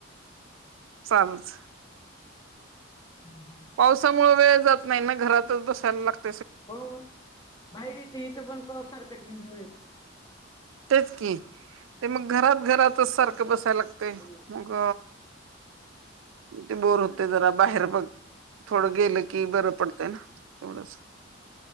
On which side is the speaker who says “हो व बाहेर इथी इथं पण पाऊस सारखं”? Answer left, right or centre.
Left